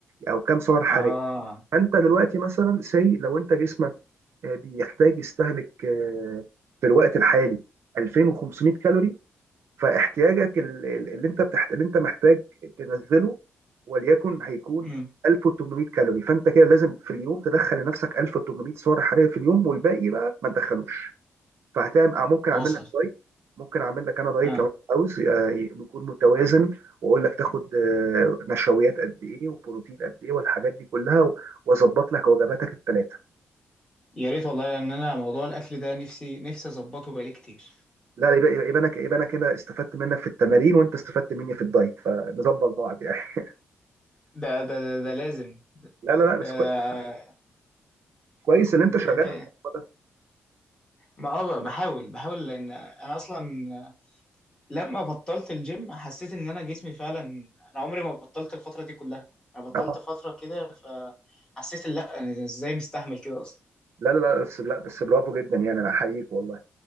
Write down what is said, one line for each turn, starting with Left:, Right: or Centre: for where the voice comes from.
Right: او كام سعر حراري
Left: اه
Right: فانت دلوقتي مثلا سي لو انت جسمك آه، بيحتاج يستهلك آه، في الوقت الحالي 2500 كالوري فاحتياجك ال- ال- اللي انت بتحت... اللي انت محتاج تنزله وليكن هيكون
Left: مم.
Right: 1800 كالوري فانت كده لازم في اليوم تدخل لنفسك 1800 سعر حراري في اليوم والباقي بقى ما تدخلوش فهتعمل آه، ممكن
Left: وصل
Right: اعمل لك دايت ممكن اعمل لك انا دايت
Left: اه
Right: لو انت عاوز آه، يكون متوازن واقول لك تاخد آه، نشويات قد ايه وبروتين قد ايه والحاجات دي كلها و- واظبط لك وجباتك الثلاثه
Left: يا ريت والله ان انا موضوع الاكل ده نفسي نفسي اظبطه بقالي كتير
Right: لا يبقى يبقى يبقى انا ك- يبقى انا كده استفدت منك في التمارين وانت استفدت مني في الدايت فنظبط بعض يعني <laughs>
Left: ده ده ده, ده لازم ده,
Right: لا لا لا
Left: ده
Right: بس كوي- كويس اللي
Left: انت
Right: انت شغال
Left: انت
Right: على الموضوع ده
Left: ما اه بحاول بحاول لان انا اصلا لما بطلت الجيم حسيت ان انا جسمي فعلا انا عمري ما بطلت الفتره دي كلها انا بطلت
Right: آه.
Left: فتره كده فحسيت إن لا انا ازاي مستحمل كده اصلا
Right: لا لا لا بس لا بس برافو جدا يعني انا احييك والله